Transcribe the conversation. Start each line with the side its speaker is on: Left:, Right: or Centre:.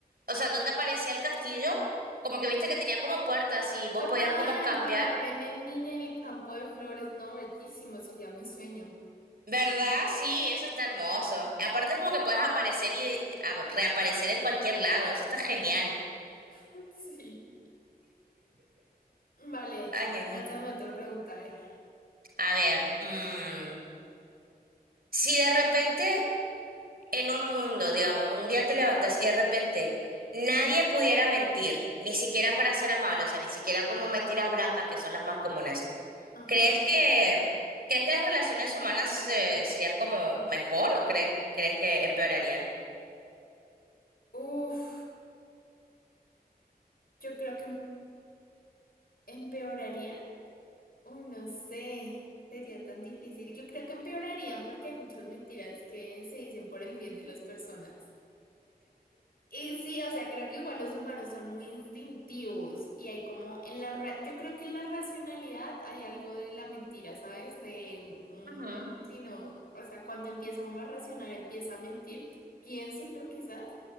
Right: o sea, donde aparecía el castillo, como
Left: Mm.
Right: que viste que tenía como puertas y vos
Left: Total,
Right: podías como cambiar.
Left: cuando abren en, en el campo de flores, no, bellísimo, sería mi sueño.
Right: ¿Verdad? Sí, eso está hermoso. Aparte es como que puedes aparecer y de- a- reaparecer en cualquier lado, eso está genial.
Left: <laughs> Sí. Vale,
Right: Ay, ña, ña.
Left: lánzame otra pregunta, a ver.
Right: A ver, mm, si de repente en un mundo, digamos, un día te levantas y de repente nadie pudiera mentir, ni siquiera para ser amable, o sea, ni siquiera como mentiras blancas, que son las más comunes,
Left: Ajá.
Right: ¿crees que, crees que las relaciones humanas eh, serían como mejor o crees, crees que empeorarían?
Left: Uf, yo creo que em- empeorarían. Uy, no sé, sería tan difícil. Yo creo que empeorarían porque hay muchas mentiras que se dicen por el bien de las personas. Y sí, o sea, creo que igual los humanos son muy instintivos y hay como en la ra- yo creo que en la racionalidad hay algo de la mentira, ¿sabes? De mm,
Right: Ujú,
Left: sí, no, o sea, cuando empieza uno a racionar, empieza a mentir, pienso yo quizás.